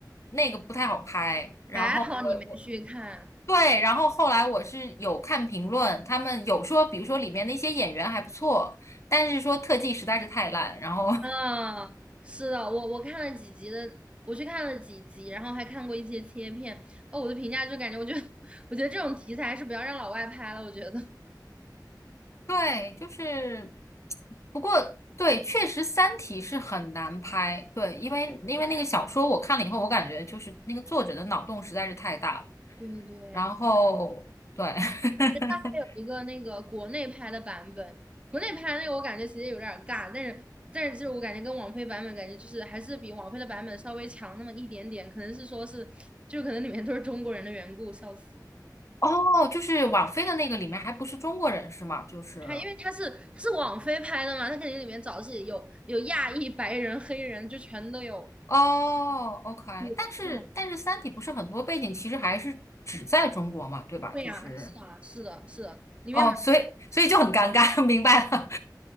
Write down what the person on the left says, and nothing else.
那个不太好拍，然后。
我我。对，然后后来我是有看评论，他们有说，比如说里面的一些演员还不错，但是说特技实在是太烂。然后
<laughs> 对，就是，不过对，确实《三体》是很难拍，对，因为因为那个小说我看了以后，
我感觉就是那个作者的脑洞实在是太大了。
然后对，<laughs>
哦，就是网飞的那个里面还不是中国人是吗？就是。
哦，OK，
但是但是《三体》不是很多背景其实还是只在中国嘛，对吧？
就是
哦，所以所以就很尴尬，<laughs> 明白了。